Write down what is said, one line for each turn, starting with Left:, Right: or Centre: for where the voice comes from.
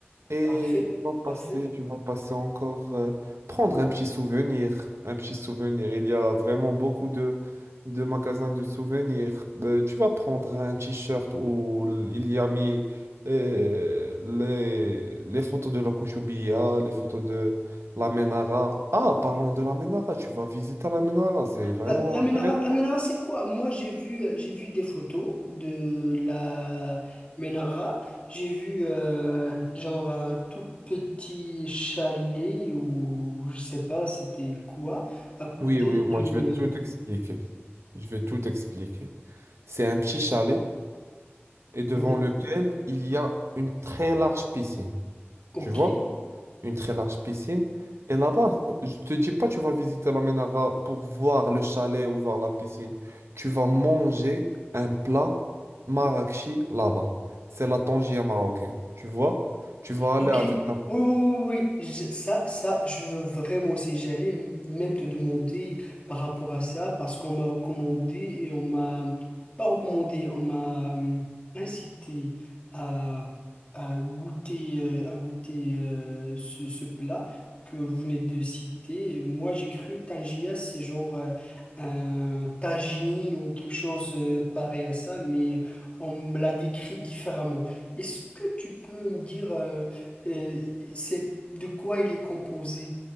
Right: Et
Left: parfait
Right: tu vas passer,
Left: parfait
Right: tu vas passer encore, euh, prendre un petit souvenir, un petit souvenir. Il y a vraiment beaucoup de, de magasins de souvenirs. Euh, tu vas prendre un t-shirt où il y a mis euh, les, les photos de la Kouchoubia, les photos de la Menara. Ah, parlons de la Menara, tu vas visiter la Menara, c'est vraiment
Left: La, la Ménara,
Right: intéressant.
Left: la Ménara, c'est quoi? Moi, j'ai vu, j'ai vu des photos de la Ménara. J'ai vu euh, genre un tout petit chalet ou je sais pas, c'était quoi, à côté
Right: Oui, oui,
Left: d'une.
Right: moi je vais tout expliquer. Je vais tout expliquer. C'est un petit chalet. et devant
Left: Oui,
Right: lequel il y a une très large piscine.
Left: ok.
Right: Tu vois? Une très large piscine. Et là-bas, je te dis pas tu vas visiter la Ménara pour voir le chalet ou voir la piscine. Tu vas manger un plat marrakchi là-bas. C'est la tangia marocaine. Tu vois? Tu vas
Left: Ok,
Right: aller avec
Left: oui,
Right: ta...
Left: oui, oui, oui, je- ça, ça, je veux vraiment essayer. J'allais m- même te demander par rapport à ça, parce qu'on m'a recommandé et on m'a, pas recommandé, on m'a euh, incité à, à goûter, euh, à goûter euh, ce, ce plat que vous venez de citer. Et Moi, j'ai cru tangia, c'est genre euh, un tagine ou quelque chose euh, pareil à ça, mais on me l'a décrit différemment. Est-ce que tu peux me dire... euh, euh, c'est de quoi il est composé?